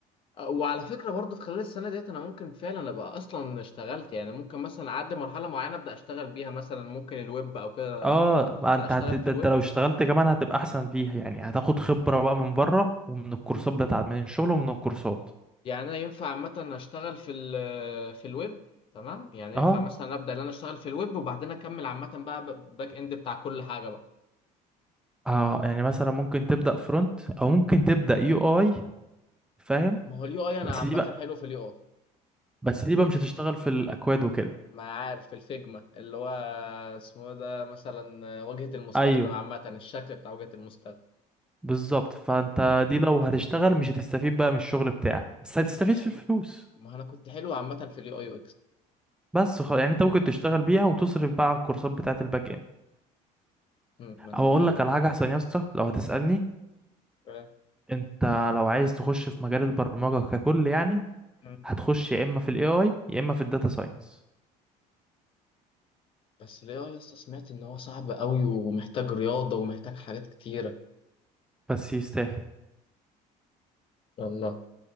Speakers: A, on the left (about 35°); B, in the centre.
A: وعلى فكرة برضه خلال السنة ديت أنا ممكن فعلا أبقى أصلا اشتغلت يعني ممكن مثلا أعدي مرحلة معينة أبدأ أشتغل بيها مثلا ممكن الويب أو كده
B: اه
A: ال-
B: ما
A: أبدأ
B: انت
A: أشتغل
B: هت... ده
A: في الويب
B: انت لو اشتغلت كمان هتبقى احسن فيها يعني هتاخد خبرة بقى من بره ومن الكورسات بتاعت من الشغل ومن الكورسات
A: يعني أنا ينفع عامة أشتغل في ال في الويب تمام يعني
B: اه
A: ينفع مثلا أبدأ إن أنا أشتغل في الويب وبعدين أكمل عامة بقى ب- باك إند بتاع كل حاجة بقى
B: اه يعني مثلا ممكن تبدأ فرونت او ممكن تبدأ يو اي فاهم
A: ما هو اليو أي أنا
B: بس
A: عامة
B: دي بقى
A: حلو في اليو أي
B: بس دي بقى مش هتشتغل في الاكواد وكده
A: ما عارف في الفيجما اللي هو اسمه إيه ده مثلا واجهة المستخدم
B: ايوه
A: عامة الشكل بتاع واجهة المستخدم
B: بالظبط فانت دي لو هتشتغل مش هتستفيد بقى من الشغل بتاعك بس هتستفيد
A: ماشي
B: في الفلوس
A: ما أنا كنت حلو عامة في اليو أي
B: بس خلاص يعني انت ممكن تشتغل بيها وتصرف بقى على الكورسات بتاعت الباك اند
A: مم، ما انا
B: او
A: فاهم
B: اقول لك على حاجه احسن يا اسطى لو هتسالني
A: فاهم- فاهم.
B: انت لو عايز تخش في مجال البرمجة ككل يعني
A: مم.
B: هتخش يا اما في الاي اي يا اما في الداتا ساينس
A: بس ليه يا اسطى سمعت ان هو صعب قوي ومحتاج رياضه ومحتاج حاجات كتيره
B: بس يستاهل
A: والله